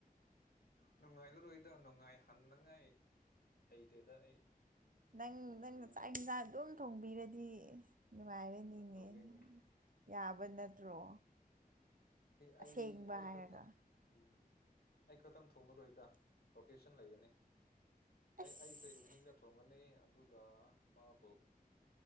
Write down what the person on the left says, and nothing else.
ꯅꯨꯡꯉꯥꯏꯂꯔꯣꯏꯗ ꯅꯨꯡꯉꯥꯏꯍꯟꯅꯟꯅꯉꯥꯏ ꯍꯩꯇꯦꯗ ꯑꯩ
ꯅꯨꯡꯉꯥꯏ
ꯇꯧꯅꯤꯡꯉꯤ
ꯑꯩ
ꯑꯩ
ꯈꯠꯇ ꯎꯝ ꯑꯩ ꯈꯛꯇꯪ ꯊꯣꯡꯉꯔꯣꯏꯗ ꯔꯣꯇꯦꯁꯟ ꯂꯩꯒꯅꯤ
ꯑꯦ ꯑꯩꯁꯦ ꯏꯚꯤꯅꯤꯡꯗ ꯊꯣꯡꯒꯅꯤ ꯑꯗꯨꯒ ꯃꯥꯕꯨ